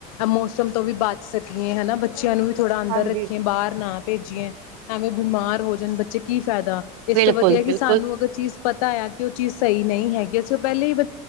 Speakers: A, on the left; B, on the right.
A: ਮੌਸਮ ਤੋਂ ਵੀ ਬਚ ਸਕੀਏ ਹਨਾ, ਬੱਚਿਆਂ ਨੂੰ ਵੀ ਥੋੜਾ ਅੰਦਰ
B: ਹਾਂਜੀ
A: ਰੱਖੀਆਂ ਬਾਹਰ ਨਾ ਐਵੇਂ ਬਿਮਾਰ ਹੋ ਬੱਚੇ ਕੀ ਫਾਇਦਾ ਇਸ
B: ਬਿਲਕੁਲ
A: ਤੋਂ ਵਧੀਆ ਕਿ
B: ਬਿਲਕੁਲ
A: ਸਾਨੂੰ ਅਗਰ ਚੀਜ਼ ਪਤਾ ਹੈ ਕਿ ਉਹ ਚੀਜ਼ ਸਹੀ ਨਹੀਂ ਹੈਗੀ ਪਹਿਲੇ ਹੀ ਬ